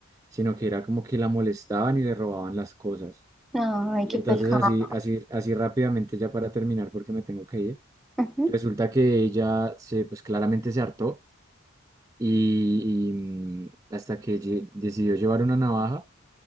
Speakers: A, on the right; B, in the centre.
A: sino que era como que la molestaban y le robaban las cosas.
B: Ay,
A: Y
B: qué
A: entonces
B: pecado.
A: así, así, así rápidamente, ya para terminar, porque me tengo que ir,
B: Ujú.
A: resulta que ella se, pues claramente se hartó y, y, mm, hasta que lle- decidió llevar una navaja